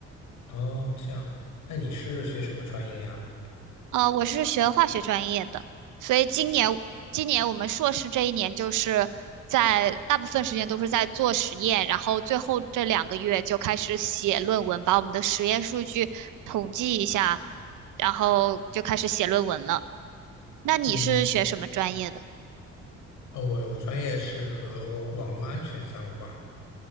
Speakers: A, on the left; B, on the right.
A: 哦，这样，那你是学什么专业呀？
B: 呃，我是学化学专业的，所以今年今年我们硕士这一年就是在大部分时间都是在做实验，然后最后这两个月就开始写论文，把我们的实验数据统计一下，然后就开始写论文了。那你是学什么专业的？
A: 嗯，哦，我我专业是和网网络安全相关，